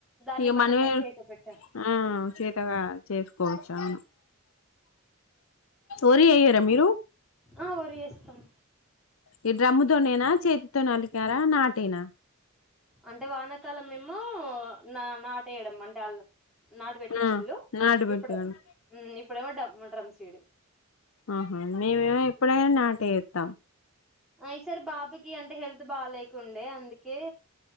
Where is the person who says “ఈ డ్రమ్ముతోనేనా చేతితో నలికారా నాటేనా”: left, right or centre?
Left